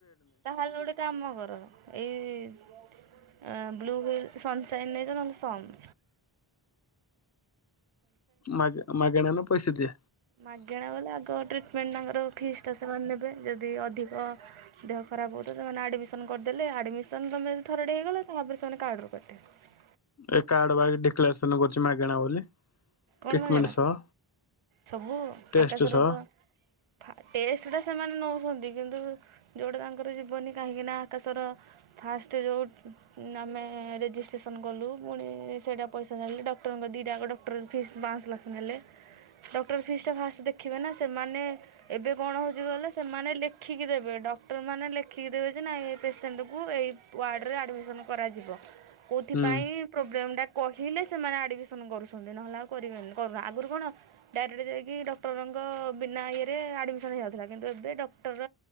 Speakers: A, on the right (about 90°); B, on the left (about 35°).
A: ତାହେଲେ ଗୋଟେ କାମ କର ଏଇ ବ୍ଲୁ ହ୍ୱିଲ୍ ସନସାଇନ୍ ନେଇଯାଅ ନହେଲେ ସମ୍
B: ମା ମାଗଣା ନା ପଇସା ଦିଆ?
A: ମାଗେଣା ବୋଲି ଆଗ ଟ୍ରିଟମେଣ୍ଟ୍ ତାଙ୍କର ଫିସଟା ସେମାନେ ନେବେ ଯଦି ଯଦି ଅଧିକ ଦେହ ଖରାପ ହେଉଥିବ ସେମାନେ ଆଡ଼ମିସନ୍ କରିଦେଲେ ଆଡ଼ମିସ୍ <inaudible> ଥରଟେ ହେଇଗଲା ତାପରେ ସେମାନେ କାର୍ଡରୁ କରିଦେବେ।
B: ଏ କାର୍ଡ ବା ଡିକ୍ଲାରେସନ୍ କରିଛି ମାଗଣା ବୋଲିି
A: କ'ଣ
B: ଟ୍ରିଟମେଣ୍ଟ୍
A: ମାଗଣା
B: ସହ।
A: ସବୁ?
B: ଟେଷ୍ଟ
A: ଆକାଶର
B: ସହ
A: ତ ଫା ଟେଷ୍ଟଟା ସେମାନେ ନଉ <inaudible> ଛନ୍ତି କିନ୍ତୁ ଯେଉଁଟା ତାଙ୍କର ଯିବନି କାହିଁକିନା ଆକାଶର ଫାଷ୍ଟ୍ ଯୋଉ ନା ଆମେ ରେଜିଷ୍ଟ୍ରେସନ କଲୁ ପୁଣି ସେଇଟା ପଇସା ଛାଡ଼ିଲି ଡକ୍ଟରଙ୍କ ଦିଟା ଯାକ ଡକ୍ଟର ଫିସ୍ ବାଁଶ୍ ଲେଖା ନେଲେ। ଡକ୍ଟର ଫିସଟା ଫାଷ୍ଟ୍ ଦେଖିବେ ନା ସେମାନେ ଏବେ କଣ ହଉଛି କହିଲ ସେମାନେ ଲେଖିକି ଦେବେ ଡକ୍ କ୍ଟରମାନେ ଲେଖିକି ଦେବେ ଯେ ନାଇଁ ଏଇ ପେସେଣ୍ଟକୁ ଏଇ ୱାର୍ଡ଼ରେ ଆଡ଼ମିସନ୍ କରାଯିବ କୋଉଥି
B: ହୁଁ
A: ପାଇଁ ପ୍ରୋବ୍ଲେମଟା କହିଲେ ସେମାନେ ଆଡମିସନ୍ କରୁଛନ୍ତି ନହେଲେ ଆଉ କରିବେନି, କରୁନା ଆଗରୁ କଣ ଡାଇରେକ୍ଟ୍ ଯାଇକି ଡକ୍ଟରଙ୍କ ବିନା ଇଏରେ ଆଡମିସନ୍ ହେଇଯାଉଥିଲା କିନ୍ତୁ ଏବେ ଡକ୍ଟର